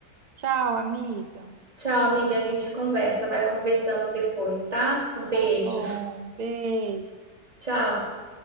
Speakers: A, on the right (about 80°); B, on the right (about 25°).
A: Tchau, amiga.
B: Tchau, amiga. A gente conversa, vai conversando depois, tá? Um beijo.
A: Tá bom. Beijo.
B: Tchau.